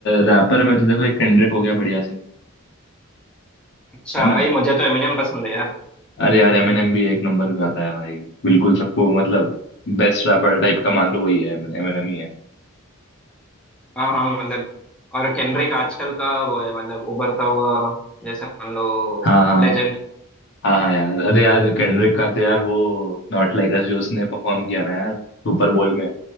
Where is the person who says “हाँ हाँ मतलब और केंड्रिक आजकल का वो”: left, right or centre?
Centre